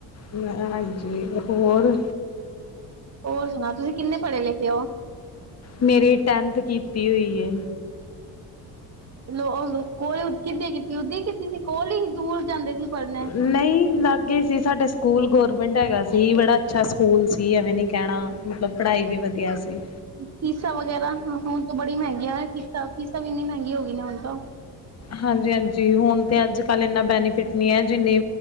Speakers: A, on the left; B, on the right.
A: ਮੈਂ ਹਾਂਜੀ ਹੋਰ
B: ਹੋਰ ਸੁਣਾ ਤੁਸੀਂ ਕਿੰਨੇ ਪੜ੍ਹੇ ਲਿਖੇ ਹੋ
A: ਮੇਰੀ ਟੈਂਨਥ ਕੀਤੀ ਹੋਈ ਹੈ
B: ਲੋ ਕੋਲ ਕਿੱਦ ਕੀਤੀ ਓਦਾਂ ਕੀਤੀ ਸੀ ਕੋਲ ਹੀ ਦੂਰ ਜਾਂਦੇ ਸੀ ਪੜ੍ਹਨੇ
A: ਨਹੀਂ ਲਾਗੇ ਸੀ ਸਾਡਾ ਸਕੂਲ ਗੌਰਮੈਂਟ ਹੈਗਾ ਸੀ ਸੀ ਬੜਾ ਅੱਛਾ ਸਕੂਲ ਸੀ ਐਵੇਂ ਨੀ ਕਹਿਣਾ ਮਤਲਬ ਪੜ੍ਹਾਈ ਵੀ ਵਧੀਆ ਸੀ
B: ਫੀਸਾਂ ਵਗੈਰਾ ਹੁਣ ਤੋਂ ਬੜੀ ਮਹਿੰਗੀਆਂ ਫੀਸਾਂ ਫੀਸਾਂ ਇੰਨੀ ਮਹਿੰਗੀ ਹੋ ਗਈ ਹੁਣ ਤੋਂ
A: ਹਾਂਜੀ- ਹਾਂਜੀ ਹੁਣ ਤਾਂ ਅੱਜ- ਕੱਲ੍ਹ ਇੰਨਾ ਬੈਨੀਫਿਟ ਨਹੀਂ ਜਿੰਨੀ